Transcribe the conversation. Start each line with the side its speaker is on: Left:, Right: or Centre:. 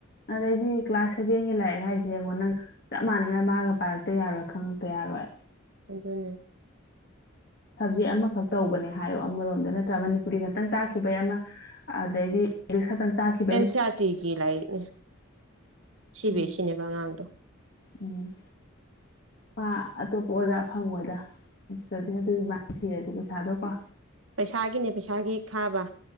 Left: ꯑꯗꯩꯗꯤ ꯀ꯭ꯂꯥꯁ ꯁꯦꯚꯦꯟꯒꯤ ꯂꯥꯏꯔꯤꯛ ꯍꯥꯏꯁꯦ ꯌꯦꯡꯉꯣ ꯅꯪ ꯆꯞ ꯃꯥꯟꯅꯅ ꯃꯥꯒ ꯄꯥꯔꯛꯇ ꯌꯥꯔꯣꯏ ꯈꯪꯉꯛꯇ ꯌꯥꯔꯣꯏ
Right: ꯑꯗꯨꯅꯦ
Left: ꯁꯕꯖꯦꯛ ꯑꯃꯈꯛ ꯇꯧꯕꯅꯦ ꯍꯥꯏꯌꯣ ꯑꯃꯔꯣꯝꯗ ꯅꯠꯇ꯭ꯔꯥ ꯃꯅꯤꯄꯨꯔꯤ ꯈꯛꯇꯪ ꯇꯥꯛꯈꯤꯕꯩ ꯑꯃ ꯑꯗꯩꯗꯤ ꯑꯦꯡꯂꯤꯁ꯭ ꯈꯛꯇꯪ ꯀꯛꯈꯤ
Right: ꯑꯦꯟ ꯁꯤ ꯑꯥꯔ ꯇꯤꯒꯤ ꯂꯥꯏꯔꯤꯛꯅꯦ ꯁꯤ
Left: ꯎꯝ
Right: ꯕꯤ ꯑꯦꯁ ꯁꯤꯅꯦꯕ ꯑꯉꯥꯡꯗꯣ
Left: ꯎꯝ ꯃꯥ ꯑꯇꯣꯞꯄ ꯑꯣꯖꯥ ꯐꯪꯉꯣꯏꯗ ꯑꯗꯨꯒꯤꯃꯥꯏꯅ ꯄꯤꯔꯗꯤ ꯄꯩꯁꯥꯗꯣ ꯀꯣ
Right: ꯄꯩꯁꯥꯒꯤꯅꯦ ꯄꯩꯁꯥꯒꯤ ꯈꯥꯕ